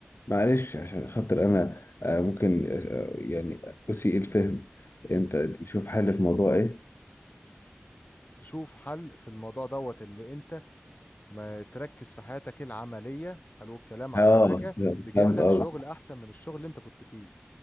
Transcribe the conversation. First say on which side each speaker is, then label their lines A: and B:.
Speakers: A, on the left (about 80°); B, on the left (about 45°).
A: معلش عشان خاطر أنا آه، ممكن آه، يعني أسيء الفهم
B: مم.
A: أنت شوف حل في موضوع إيه
B: تشوف حل في الموضوع دوت اللي أنت ما تركز في حياتك العملية حلو الكلام على
A: اه
B: حاجة تجيب
A: فهمت
B: لك
A: قصدك
B: شغل أحسن من الشغل اللي أنت كنت فيه